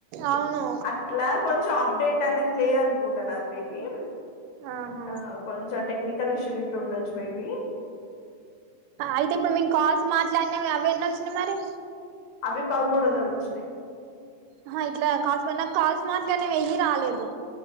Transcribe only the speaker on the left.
అట్లా కొంచెం అప్డేట్. అనేది లేదనుకుంటా మేబి బన్
ఆ కొంచం టెక్ టెక్నికల్ ఇష్యూ ఇట్లా ఉండొచ్చు మేబి
అవి పదమూడు వందలు వచ్చినాయి